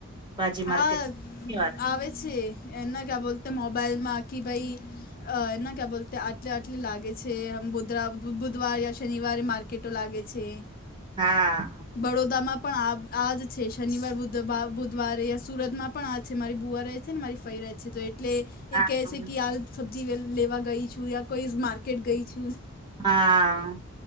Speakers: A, on the right; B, on the left.
A: ભાજી
B: હા
A: માર્કેટ શનિવારે
B: આવે છે એના ક્યા બોલતા મોબાઈલમાં કે ભાઈ. અ એના ક્યા બોલ આટલે આટલે લાગે છે બુધવાર યા શનિવારે માર્કેટ કેટો લાગે છે.
A: હા
B: બડોદામાં પણ આજ છે શનિવાર બુધ. ધવારે સુરતમાં પણ આ છે મારી બુવા રહે છે ને મારી ફઈ રહે છે તો એટલે
A: હા
B: એ કેહે છે કે હાલ સબ્જી લેવા ગઈ છું યા કોઈ માર્કેટ ગઈ છું.
A: હા